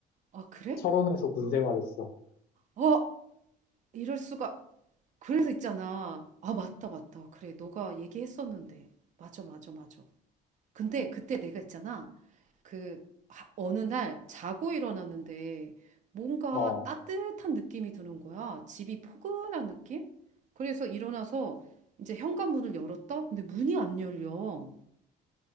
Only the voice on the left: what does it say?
철원에서 군 생활했어.
어,